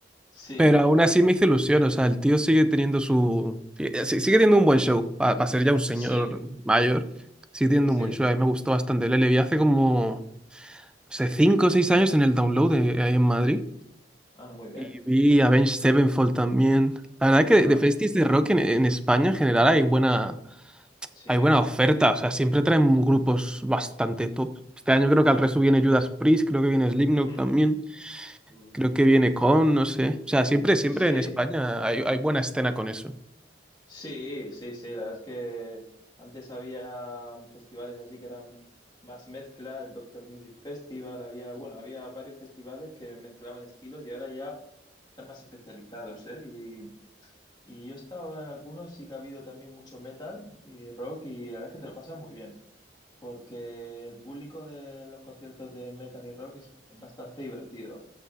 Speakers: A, on the left (about 25°); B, in the centre.
A: Sí,
B: Pero aún así me hizo ilusión, o sea, el tío sigue teniendo su, sí- eh, sí- sigue teniendo un buen show, para ser ya un señor
A: sí,
B: mayor, sigue teniendo
A: sí,
B: un buen show. A mí me gustó bastante. Le le vi hace como hace 5 o 6 años en el Download de, ahí en Madrid.
A: ah, muy bien,
B: Y vi Avenged Sevenfold también. La verdad
A: ajá,
B: que de, de festis de rock en, en España en general hay buena,
A: sí,
B: hay buena oferta. O sea, siempre traen grupos bastante top. Este año creo que al resto viene Judas Priest, creo que viene Slipknot
A: ujú,
B: también,
A: mm,
B: creo que viene Con, no sé. O sea, siempre, siempre
A: Sí.
B: en España hay, hay buena escena con eso.
A: Sí, sí, sí, la verdad es que antes había festivales así que eran más mezcla, el Doctor Music Festival, había, bueno, había varios festivales que mezclaban estilos y ahora ya están más especializados, ¿eh? Y, y yo he estado en algunos, sí que ha habido también mucho metal y rock y la verdad es que te lo pasas muy bien, porque el público de los conciertos de metal y rock es bastante divertido,